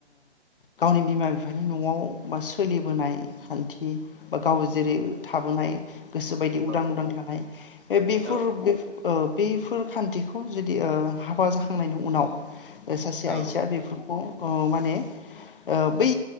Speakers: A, on the left (about 50°); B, on the right (about 85°).
A: गावनि ओ बिमा बिफानि नआव। बा सोलिबोनाय खान्थि बा गाव जेरै थाबोनाय गोसो बायदि उदां
B: औ
A: उदां थानाय, बे बेफोर
B: औ
A: बेफ ओ बैफोर खान्थिखौ जुदि ओ हाबा जाखांनायनि उनाव। सासे
B: औ
A: आइजोआ बेफोरखौ ओ माने बै